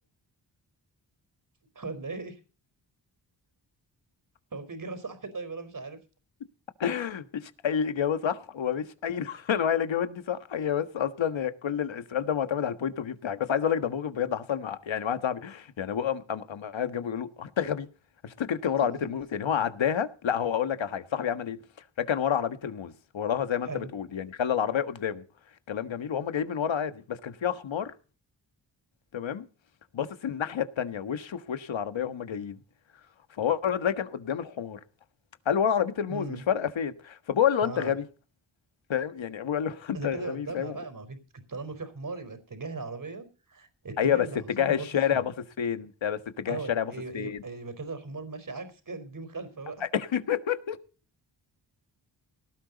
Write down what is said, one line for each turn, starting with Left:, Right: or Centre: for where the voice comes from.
Right: <laughs> ولا ايه هو في إجابة صح <laughs> طيب انا مش عارف
Left: <laughs> مفيش اي اجابه صح ومفيش اي <laughs> نوع من انواع الاجابات دي صح هي بس اصلا هي كل ال- السؤال ده معتمد على البوينت اوف فيو بتاعك بس عايز اقول لك ده موقف بجد حصل مع يعني مع واحد صاحبي يعني ابوه قام قام قام قاعد جنبه يقول له "هو انت غبي مش تركن كان ورا
Right: <laughs>
Left: عربيه الموز يعني هو عداها لا هو اقول لك على حاجه صاحبي عمل ايه ركن ورا عربيه الموز وراها زي ما
Right: حلو
Left: انت بتقول يعني خلى العربيه قدامه كلام جميل وهم جايين من ورا عادي بس كان فيها حمار تمام باصص الناحيه التانيه وشه في وش العربيه وهم جايين فهو الواد ده كان قدام الحمار قال ورا عربيه الموز
Right: امم
Left: مش فارقه فين فبقول له
Right: اه
Left: انت غبي فاهم يعني ابوه قال له انت
Right: ده كده
Left: غبي
Right: قدامها
Left: فاهم
Right: بقى ما هو في طالما في حمار يبقى اتجاه العربية اتجاه
Left: ايوه بس
Right: اللي حسام
Left: اتجاه
Right: باصص
Left: الشارع
Right: فيه
Left: باصص فين لا بس اتجاه
Right: او
Left: الشارع
Right: د-
Left: باصص
Right: ي-
Left: فين
Right: يبقى يبقى كده الحمار ماشي عكس كده دي مخالفة بقى
Left: <laughs>
Right: <laughs>